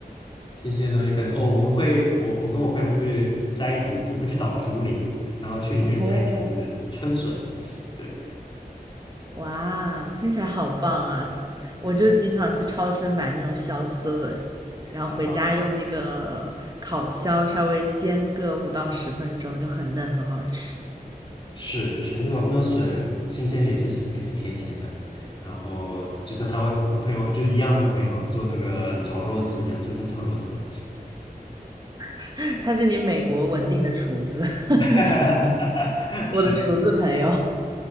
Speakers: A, on the left; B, on the right.
A: 新鲜的东西可能哦，我们会我我跟我朋友会去摘竹子，我们去找竹林，然后去里面采竹子、
B: 哦，
A: 春笋，对，
B: 哇，听起来好棒啊！我就经常去超市买那种小笋，然后回家用那个烤箱稍微煎个五到十分钟，
A: 啊、
B: 就很嫩，很好吃。
A: 是是那种那种笋新鲜的也是也是甜甜的，然后就是他会我朋友就是一样那个朋友做那个炒肉丝这样，竹笋炒肉丝，
B: <laughs> 他是你美国稳定的厨子，<laughs>
A: <laughs>
B: 就我的厨子朋友，
A: 是